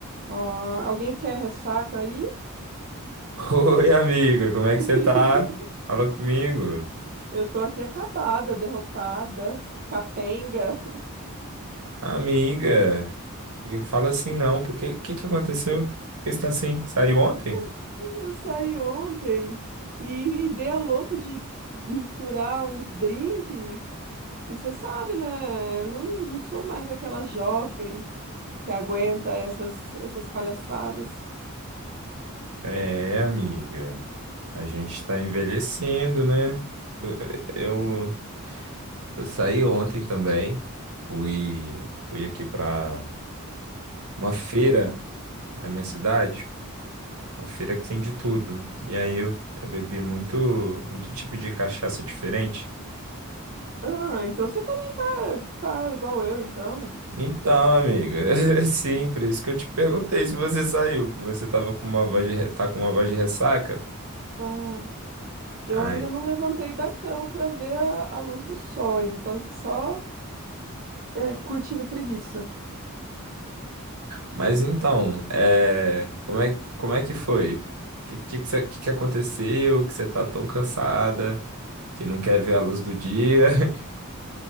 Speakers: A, on the right; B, on the right.
A: Ó, alguém quer ressaca aí?
B: Oi, amiga, como é
A: <laughs>
B: que você tá? Fala comigo.
A: Eu tô aqui acabada, derrotada, capenga.
B: Amiga, porque fala assim não, porque o que que aconteceu? Por que você tá assim? Saiu ontem?
A: <laughs> Eu saí ontem e, e dei a louca de misturar uns drinks. E você sabe, né? Eu não, não sou mais aquela jovem que aguenta essas, essas palhaçadas.
B: É, amiga, a gente tá envelhecendo, né? Eu, eu, eu saí ontem também, fui, fui aqui pra uma feira na minha cidade, uma feira que tem de tudo. E aí eu, eu bebi muito, muito tipo de cachaça diferente.
A: Ah, então você também tá, tá igual eu, então.
B: Então, amiga, <laughs> é sim, por isso que eu te perguntei se você saiu, que você tava com uma voz de, re- tá com uma voz de ressaca.
A: Ah, eu
B: Ai,
A: ainda não levantei da cama pra ver a, a luz do sol, ainda tô aqui só é, curtindo preguiça.
B: mas então, é, como é, como é que foi? O que, que, que, cê- que que aconteceu? Que você tá tão cansada, que não quer ver a luz do dia? <laughs>